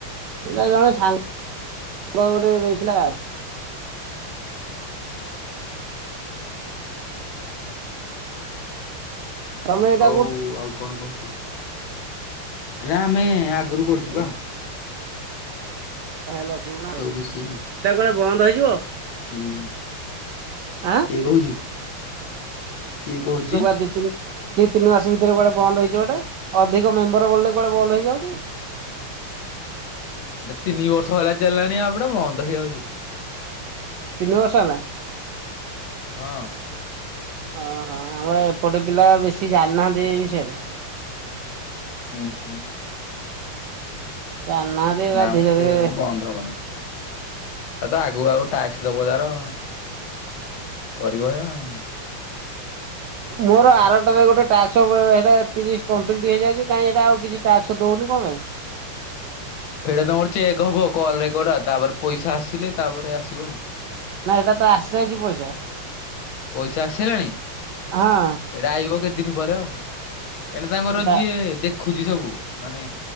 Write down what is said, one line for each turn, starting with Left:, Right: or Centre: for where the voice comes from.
Right: ଏଟା ଜଣେ ସାଙ୍ଗ ସାଙ୍ଗ ଗୋଟେ ଦେଇଥିଲା ଆଉ।
Left: <unintelligible>
Right: ତମେ ଏଇଟା
Left: ହଉ
Right: କୋଉଠୁ
Left: ଆଉ କଣ କରୁଛୁ ନା ଆମେ ଆଗରୁ କରୁଛୁ
Right: ଉଁ
Left: ବା।
Right: ହ ହେଲା ପୁରୁଣା
Left: ସବୁ
Right: ଆଉ ଏଟା
Left: ମିଶିକି
Right: କୁଆଡେ ବନ୍ଦ ହେଇଯିବ।
Left: ହୁଁ
Right: ଆଁ?
Left: କିଏ କହୁଛି କିଏ କହୁଛି?
Right: ଜିତିଲେ ଦି ତିନି ମାସ ଭିତରେ କୁଆଡେ ବନ୍ଦ ହେଇଯିବ ଏଟା ଅଧିକ ମେମ୍ବର ବଢିଲେ କୁଆଡେ ବନ୍ଦ ହେଇଯାଉଛି।
Left: ଏଟା ତିନି ବର୍ଷ ହେଲା ଚାଲିଲାଣି ଆପ୍ ଟା ବନ୍ଦ ହେଇଯାଉଛି।
Right: ତିନି ବର୍ଷ ହେଲା?
Left: ହଁ।
Right: ଓହୋ ଆମର ଏପଟେ ପିଲା ବେଶୀ ଜାଣିନାହାନ୍ତି ଏ ବିଷୟରେ।
Left: ହୁଁ ହୁଁ।
Right: ଜାଣିନାହାନ୍ତି। ଏରା
Left: ନା
Right: ଧୀରେ
Left: ମ କିଏ
Right: ଧୀରେ
Left: ବନ୍ଦ ହବନି। ତା ଆଗକୁ ଆଗକୁ ଟାକ୍ସ ଦବ ତାର। କରିବ ହେରା ଆଉ।
Right: ମୋର ଆରଟାରେ ଗୋଟେ ଟାସ୍କ୍ ହେରା ତିରିଶ କମ୍ପ୍ଲିଟ୍ ହେଇଯାଇଛି କାହିଁ ହେଟା ଆଉ କିଛି ଟାସ୍କ୍ ଦୋଉନି କଣ ପାଇଁ?
Left: ଏଇଟା ତମର ଚେକ୍ ହବ କଲ ରେକର୍ଡ ଆ ତାପରେ ପଇସା ଆସିଲେ ତାପରେ ଆସିବ ଆଉ।
Right: ନା ଏଇଟା ତ ଆସିଯାଇଛି ପଇସା।
Left: ପଇସା ଆସିସାରିଲାଣି?
Right: ହଁ।
Left: ଏଇଟା ଆଇବ କେତେ ଦିନ ପରେ ଆଉ। ଏଇନା ତାଙ୍କର
Right: ଏଟା
Left: ଯିଏ ଦେଖ ଖୁଛି ସବୁ ମାନେ